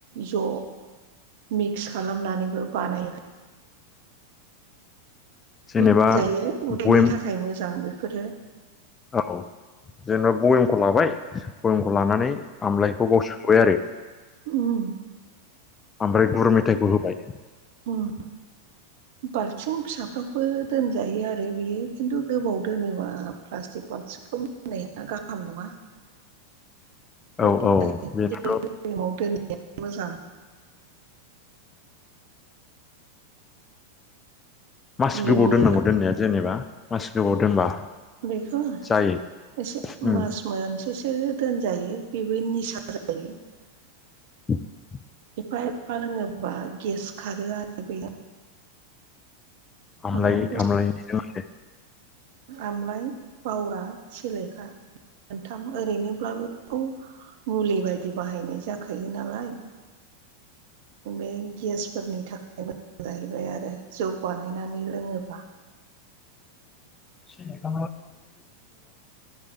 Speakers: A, on the right; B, on the left.
A: ज' मिक्स खालामनानैबो बानायो।
B: जेनेबा
A: लोंजायो उदैनि
B: बयेम
A: थाखाय मोजां बेफोरो।
B: औ जेनेबा भयेमखौ लाबाय भयेमखौ लानानै। वय आरो
A: उम
B: ओमफ्राय गुर मेथाइखौ होबाय <inaudible>
A: उम बाल्थिं फिसाफोरावबो दोनजायो आरो बियो किनतु गोबाव दोनोब्ला प्लासटिक बाल्थिफ्राव दोननाया गाहाम नङा <unintelligible> बेनि
B: औ औ बेनो
A: <unintelligible>
B: मासे
A: लोंनो
B: गोबाव दोननांगौ दोननाया जेनेबा मासे गोबाव दोनबा
A: बेखौ
B: जायो
A: एसे
B: उम
A: मास मोनसेसो दोनजायो बेबो निसा जायो। <unintelligible>
B: <inaudible>
A: एफा एफा लोङोबा गेस खारो आरो बेयो <inaudible>
B: आमलाय
A: उम
B: आमलायनि सोमोन्दै
A: आमलाइ बावरा, सेलेखा। मोनथाम ओरैनोब्लाबो मुलि बायदि बाहायनाय जाखायो नालाय बे गेसफोरनि थाखाय मोजां जाहैबाय आरो जौ बानायनानै लोङोबा।
B: <inaudible>